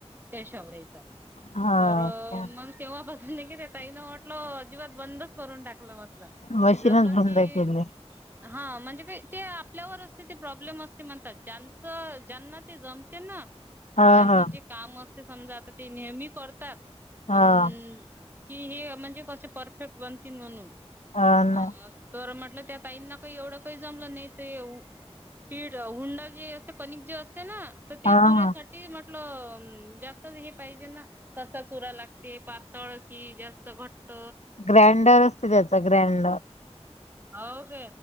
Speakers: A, on the right (about 20°); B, on the left (about 85°).
A: त्या शेवड्याचा,
B: हा
A: तर
B: का?
A: केव्हा बसून की, त्या ताई न म्हटलं अजिबात बंदच करून टाकलं म्हटलं.
B: मशीनच
A: कि, जसं की
B: बंद केली
A: हा, म्हणजे काय ते आपल्यावर असते ते, प्रॉब्लेम असते म्हणतात. ज्यांचं ज्यांना ते जमते ना,
B: हा
A: ज्यांचं
B: हा
A: जे काम असत समजा, आता ते नेहमी करतात
B: हा
A: अन, कि हे, म्हणजे कसे परफेक्ट बनतील म्हणून
B: हा
A: अ
B: ना
A: तर म्हटलं, त्या ताईंना काही एवढं काही जमलं नाही, ते ये पीठ, हुंडा जे अस कणिक जे असते ना, तर ते
B: हा
A: सर्यासाठी
B: हा
A: म्हटलं, जास्त हे पाहिजे ना कसा चुरा लागते, पातळ कि, जास्त घट्ट?
B: ग्रँडर असते, त्याचा ग्रँडर.
A: हो का?